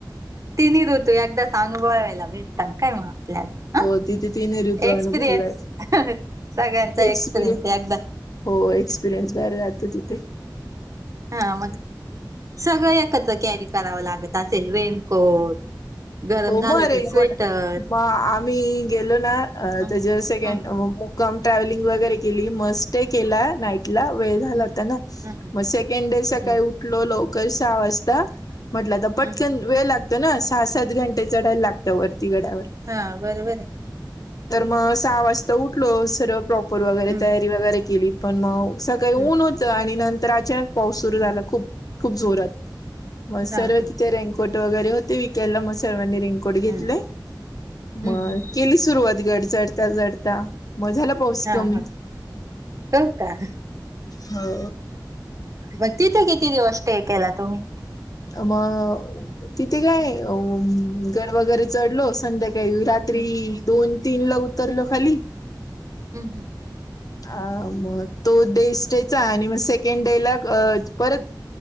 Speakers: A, on the right; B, on the left.
A: तिन्ही ऋतो एकदाच अनुभवायला भेटतात काय मग आपल्याला
B: हो
A: ह
B: तिथे तिन्ही ऋतू
A: एक्सपिरियन्स
B: अनुभवलाय
A: सगळ्यांचा
B: एक्सपिरियन्स
A: एकदा
B: हो एक्सपिरियनस बाहेर जातो तिथे.
A: हा मग सगळं एकत्र कॅरी करावं लागत असेल? रेनकोट, गरम
B: हो
A: झालं
B: मग रेनकोट
A: तर स्वेटर
B: मग आम्ही गेलो ना
A: हम्म
B: त्या ज सेक
A: हम्म
B: कम ट्रॅव्हलिंग वगैरे केली मस्त स्टे केला नाईट ला वेळ झाला
A: हम्म
B: होता ना
A: हम्म
B: मग सेकंड डे सकाळी
A: हम्म
B: उठलो लवकर सहा वाजतां म्हटलं पटंकन
A: हम्म
B: वेळं लागतो नां सहा सात घंट ते चढांयला लागतं वरंती गाड्यांवर
A: हां बरोबर आहे
B: तरं मंग सहा वाजतां उठलो सर्व प्रॉपर वगैरें
A: हम्म
B: तयारी वगैरें केली पणं मंग सकाळीं
A: हम्म
B: ऊंन होतं आणि नंतर अचांनक पाऊस सुंरू
A: हम्म
B: झालां खूंप खूंप जोरांत मंग
A: हा
B: सर्व
A: हा
B: तिथे रेंकोट वगैरें होते विकायलां मंग सर्वांनी रेंकोट रेनकोट घेतले
A: हम्म हम्म
B: मंग
A: हम्म
B: केली सुरवांत गंड चढतां चढतां मंग झालं पाऊस
A: हा
B: कमी
A: हा हो का
B: हो
A: मंग तिथे किती दिवसं सेंट केलां तुम्हीं
B: मंग तिथे कायं गंड वगैरें चढलो संध्याकांळी रांत त्री
A: हम्म
B: दोन तीनं लां उतरलो खांली
A: हम्मं हम्मं
B: अ मंग तो डे स्टेचां आणि मंग सेकंडे लां परंत